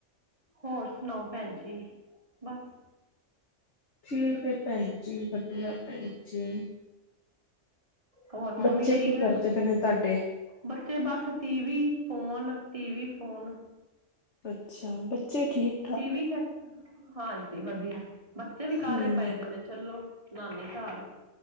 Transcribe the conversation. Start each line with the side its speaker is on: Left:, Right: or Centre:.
Right: ਹੋਰ ਸੁਣਾਓ ਭੈਣ ਜੀ ਬਸ
Left: ਠੀਕ ਹੈ ਭੈਣ ਜੀ, ਵਧੀਆ ਭੈਣ ਜੀ।
Right: ਹੋਰ ਮੰਮੀ
Left: ਬੱਚੇ
Right: ਠੀਕ
Left: ਕੀ ਕਰਦੇ ਪਏ ਨੇ ਤੁਹਾਡੇ।
Right: ਬੱਚੇ ਬਸ, ਟੀਵੀ ਫੋਨ -ਟੀਵੀ ਫੋਨ।
Left: ਅੱਛਾ ਬੱਚੇ ਠੀਕ
Right: ਟੀ ਵੀ ਚ ਹਾਂਜੀ ਵਧੀਆ। ਬੱਚੇ ਵੀ ਕਾਲੇ
Left: ਹੂੰ।
Right: ਪੈ-ਪੈ ਨੇ ਚਲੋ। ਨਾਨੀ ਘਾਰ